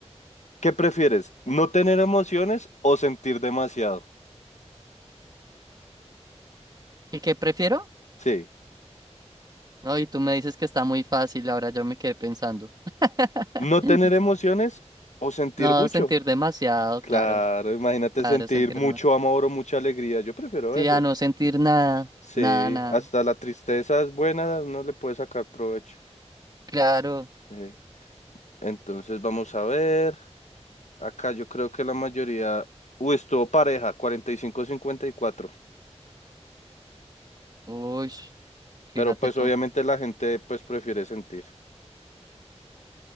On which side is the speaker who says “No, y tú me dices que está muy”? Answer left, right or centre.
Right